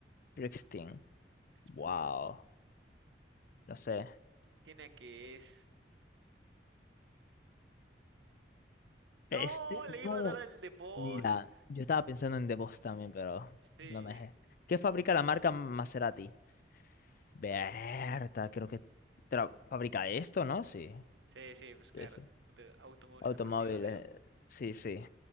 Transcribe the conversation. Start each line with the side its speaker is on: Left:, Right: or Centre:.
Left: Springsteen. Wow.
Right: Springsteen.
Left: No sé.
Right: Tiene que es.
Left: Este,
Right: No, le
Left: no.
Right: iba a dar al de voz.
Left: Mira, yo estaba pensando en The Boss también, pero
Right: Sí.
Left: no me dejé. ¿Qué fabrica la marca Maserati? Berta, creo que tra- fabrica esto, ¿no? Sí,
Right: Sí, sí, pues claro.
Left: sí, sí.
Right: De automóviles
Left: Automóviles,
Right: deportivos,
Left: sí, sí.